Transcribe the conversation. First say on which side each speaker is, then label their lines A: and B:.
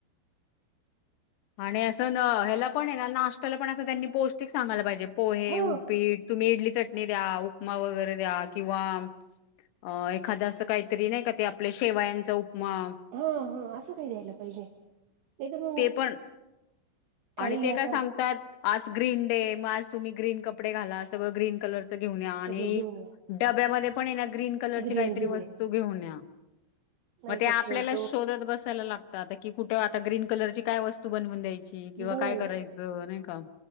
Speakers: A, on the left (about 85°); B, on the right (about 70°).
A: आणि असं न ह्याला पण आहे ना नाष्टाला पण असं त्यांनी पौष्टिक सांगाला पाहिजे <unintelligible> पोहे
B: हा
A: उपीट तुम्ही इडली चटणी द्या उपमा वगैरे द्या किंवा <unintelligible> अ एखादं असं काहीतरी नाही का ते आपल्या शेवायांचा उपमा <unintelligible>
B: ह ह असं काही द्यायला पाहिजे नाही तर मग
A: ते पण
B: काही
A: आणि ते
B: आता
A: काय सांगतात <unintelligible> आज ग्रीन डे मग आज तुम्ही ग्रीन कपडे घाला सगळं ग्रीन कलरच घेऊन या आणि
B: सगळे घेऊन
A: <unintelligible>
B: या
A: डब्यामध्ये पण हेना ग्रीन कलर
B: ग्रीन
A: ची काहीतरी
B: घेऊन
A: वस्तू
B: या
A: घेऊन या
B: नाही
A: मग ते
B: शक्य
A: आपल्याला
B: होतो
A: शोधत बसायला लाग <unintelligible> आता कि कुठे आता ग्रीन कलरची काय वस्तू बनवून द्यायची किंवा
B: बघा
A: काय करायच
B: ना
A: <unintelligible> नाही का